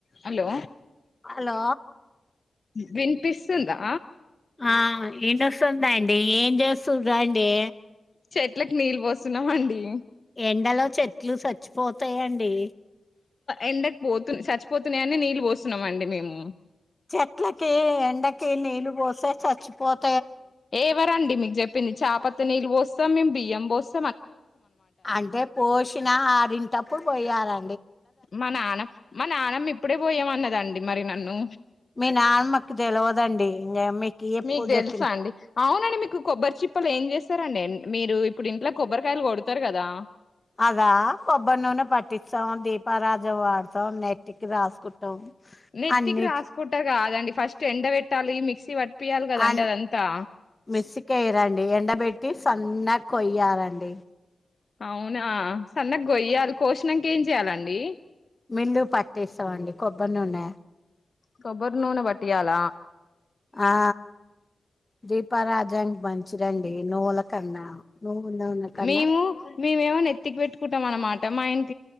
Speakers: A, on the left; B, on the left.
A: హలో
B: హలో
A: వినిపిస్తుందా
B: ఆ ఇన్నస్తుందండి ఏం చేస్తు్రండి
A: చెట్లకి నీళ్ళు పోస్తున్నామండి
B: ఎండలో చే <unintelligible> చచ్చిపోతాయండి
A: ఎండకు పోతు చచ్చిపోతున్నాయని నీళ్ళు పోస్తున్నాం అండి మేము
B: చెట్లకి ఎండకి నీళ్లు పోసే చచ్చిపోత
A: ఎవరండి మీకు చెప్పింది చప <unintelligible> నీళ్లు పోస్తాం బియం పాస్
B: అంటే పోషిన ఆరింటప్పుడు పోయేలా
A: మా నాన్న మా నాన్నమ్ ఇప్పుడే పోయామ అన్నదండి మరి నన్ను
B: మీ నాన్నమ్మకి తెలవదండి ఇంగ ఎప్పుడు
A: మీకు తెలుసా
B: చెప్పిన
A: అండి అవునండి మీకు కొబ్బరి చిప్పలు ఏం చేస్తారండి ఎండ మీరు ఇప్పుడు ఇంట్లో కొబ్బరికాయలు కొడతారు కదా
B: అదా కొబ్బరి నూనె పట్టిస్తాం దీపారాధనకి వాడతాం నెట్ <unintelligible> రాసుకుంటాం
A: నెత్తికి
B: అన్నిటి
A: రాసుకుంటారు కాదండి ఫస్ట్ ఎండ పెట్టాలి మిక్సీ పట్టిపియాలి కదండి
B: అ
A: అదంతా
B: మిస్సిక వేయరండి ఎండబెట్టి సన్న కొయ్యారండి
A: అవునా సన్నగా కోయ్యాలి కోసినాక ఏం చెయాలండి
B: మిల్లు పటటిస్తామండి కొబ్బరి నూనె
A: కొబ్బర్ నుూన పట్టియాల
B: ఆ దీపారాజానికి మంచిదండి నూల కన్నా. నువ్వుల నూనె కన్నా
A: మేము మేమేమో నెత్తికి పెట్టుకుంటాం అన్నమాట <unintelligible>